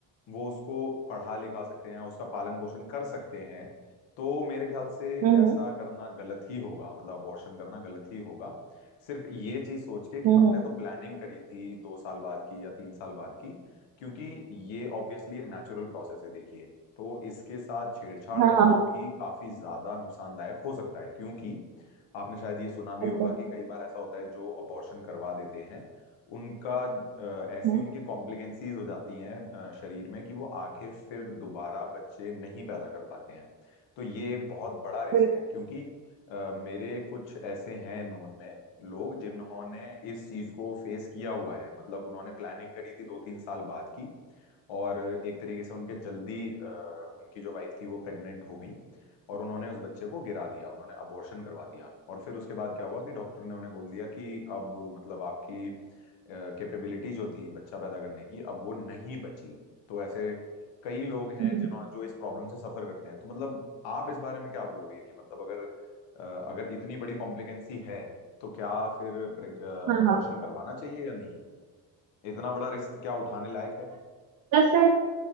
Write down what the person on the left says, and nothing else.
वो उसको पढ़ा लिखा सकते हैं उसका पालन पोषण कर सकते हैं तो मेरे ख्याल से
ऐसा
करना गलत ही होगा मतलब अबॉर्शन करना गलत ही होगा सिर्फ ये चीज सोच के कि
हमने
तो प्लानिंग करी थी दो साल बाद की या तीन साल बाद की क्योंकि ये ऑब्वियसली एक नेचुरल प्रोसेस है देखिए तो इसके साथ छेड़छाड़
करना
भी काफी ज्यादा नुकसानदायक हो सकता है क्योंकि आपने शायद ये सुना भी
होगा कि कई बार ऐसा होता है जो अबॉर्शन करवा देते हैं उनका अ, ऐसी
उनकी कॉम्प्लिकेंसीज हो जाती हैं अ, शरीर में कि वो आगे फिर दोबारा बच्चे नहीं पैदा कर पाते हैं तो ये बहुत बड़ा रिस्क
है क्योंकि अ, मेरे कुछ ऐसे हैं नोन में लोग जिन्होंने इस चीज को फेस किया हुआ है मतलब उन्होंने प्लानिंग करी थी दो तीन साल बाद की और एक तरीके से उनके जल्दी अ, उनकी जो वाइफ थी वो प्रेग्नेंट हो गई और उन्होंने उस बच्चे को गिरा दिया उन्होंने अबॉर्शन करवा दिया और फिर उसके बाद क्या हुआ कि डॉक्टर ने उन्हें बोल दिया कि अब मतलब आपकी कैपेबिलिटी जो थी बच्चा पैदा करने की अब वो नहीं बची तो ऐसे कई लोग हैं
जिन्हों जो इस प्रॉब्लम से सफर करते हैं तो मतलब आप इस बारे में क्या बोलोगे कि मतलब अगर अ, अगर इतनी बड़ी कॉम्प्लिकेंसी है तो क्या फिर
अबॉर्शन
करवाना चाहिए या नहीं इतना बड़ा रिस्क क्या उठाने लायक है